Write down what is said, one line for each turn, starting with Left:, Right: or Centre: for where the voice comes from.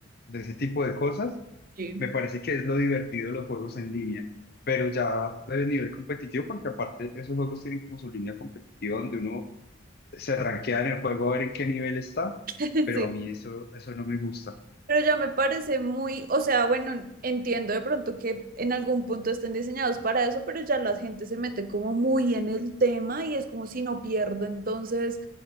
Left: de ese tipo de cosas.
Right: sí,
Left: Me parece que es lo divertido de los juegos en línea. Pero ya de nivel competitivo, porque aparte esos juegos tienen como su línea competitiva donde uno se rankea en el juego a ver en qué nivel está,
Right: <laughs>
Left: pero
Right: sí.
Left: a mí eso, eso no me gusta.
Right: Pero ya me parece muy, o sea, bueno, entiendo de pronto que en algún punto estén diseñados para eso, pero ya la gente se mete como muy en el tema y es como si no pierdo, entonces